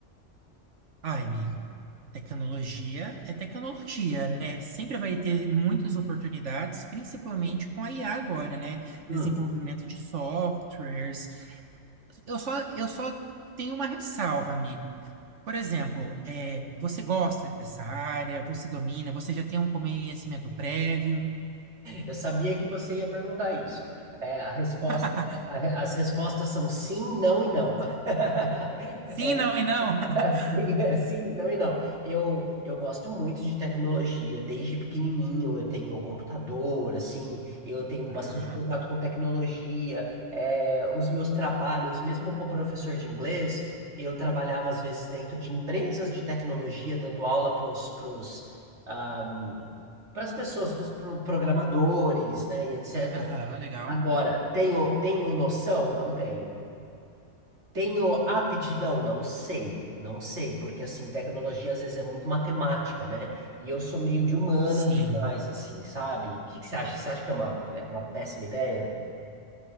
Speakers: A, on the right; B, on the right.
A: Ai, amigo, tecnologia é tecnologia, né? Sempre vai ter muitas oportunidades, principalmente com a IA agora, né?
B: Hum,
A: Desenvolvimento de softwares. Eu só, eu só tenho uma ressalva, amigo. Por exemplo, é, você gosta dessa área, você domina, você já tem um conhecimento prévio?
B: eu sabia que você ia perguntar isso. É, a resposta,
A: <laughs>
B: é, a re- as respostas são sim, não e não. <laughs>
A: Sim, não e não. <laughs>
B: Sim, <laughs> sim, não e não. Eu, eu gosto muito de tecnologia, desde pequenininho eu tenho computador, assim, eu tenho
A: Aham,
B: bastante contato com tecnologia, é, os meus trabalhos, mesmo como professor de inglês, eu trabalhava às vezes dentro de empresas de tecnologia, dando aula para os, para os, ah, para as pessoas, para os programadores, né, e etc.
A: aham, legal.
B: Agora, tenho, tenho noção? Não tenho. Tenho aptidão? Não sei, não sei, porque assim, tecnologia às vezes é muito matemática, né? E eu sou meio de humanas
A: Sim.
B: demais, assim, sabe? O que que você acha? Você acha que é uma, é uma péssima ideia?